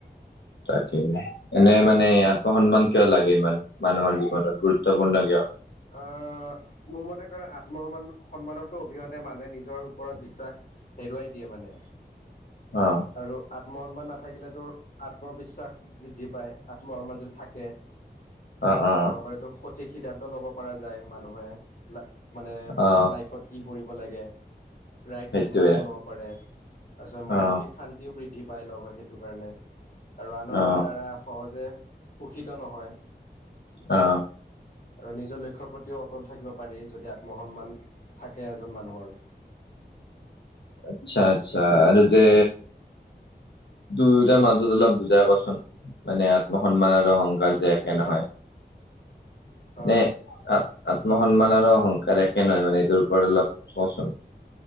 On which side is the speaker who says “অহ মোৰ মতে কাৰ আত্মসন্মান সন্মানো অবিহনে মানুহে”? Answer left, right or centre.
Left